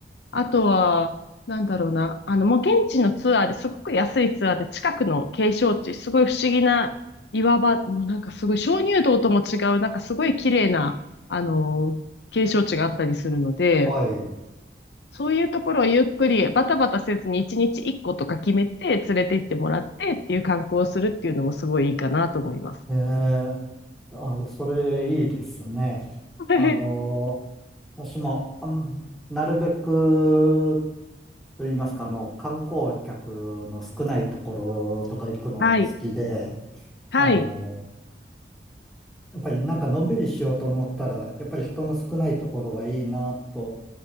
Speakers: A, on the left; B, in the centre.
A: あとは、なんだろうな、あの、もう現地のツアーですごく安いツアーで近くの景勝地、すごい不思議な岩場、もうなんかすごい鍾乳洞とも違う、なんかすごい綺麗な、あの、景勝地があったりするので、
B: はい。
A: そういうところをゆっくりバタバタせずに1日1個とか決めて連れて行ってもらってっていう観光をするっていうのもすごいいいかなと思います。
B: ええあ、それいいですね。
A: <laughs>
B: あの、私も、あんなるべく、と言いますか、あの、観光客の少ないところとか行くのは好きで、
A: はい。はい。
B: あの、やっぱりなんかのんびりしようと思ったら、やっぱり人の少ないところがいいなと